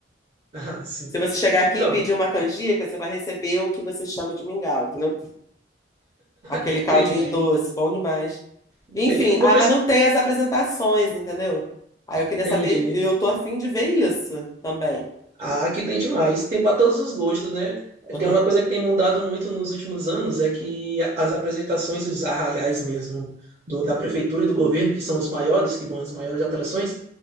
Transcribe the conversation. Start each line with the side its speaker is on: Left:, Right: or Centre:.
Right: Ah, sim.
Left: Se você chegar
Right: Então,
Left: aqui e pedir uma canjica, você vai receber o que você chama de mingau, entendeu? Aquele
Right: entendi.
Left: caldinho doce, bom demais.
Right: Entendi.
Left: Enfim,
Right: Não
Left: ah,
Right: precisa.
Left: mas não tem as apresentações, entendeu? Aí eu queria
Right: Entendi.
Left: saber, eu tô afim de ver isso também.
Right: Ah, que tem demais. Tem para todos os gostos, né?
Left: Uhum,
Right: Tem uma coisa que tem mudado muito nos últimos anos é que as apresentações e os arraiais mesmo do- da prefeitura e do governo, que são os maiores, que vão as maiores atrações,